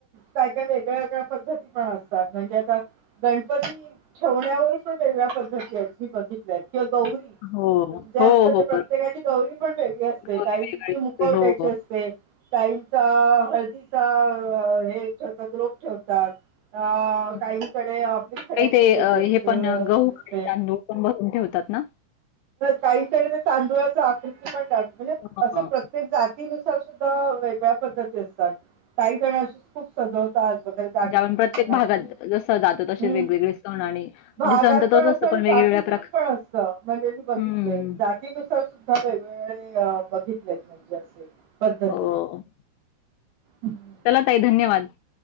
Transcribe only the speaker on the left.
हो,
हो,
हो,
बरोबर
गौरी
वेगळी असते.
हो,
हो.
हं.
काही ते
अ,
हे
पण अ, गहू आणि तांदूळ पण बसून ठेवतात ना
हां,
ज्यावेळी
प्रत्येक
भागात जसं जातो तसे
वेगवेगळे सण आणि म्हणजे
सण तर तोच
असतो
वेगवेगळ्या
प्रकार
हं,
हो
चला तई धन्यवाद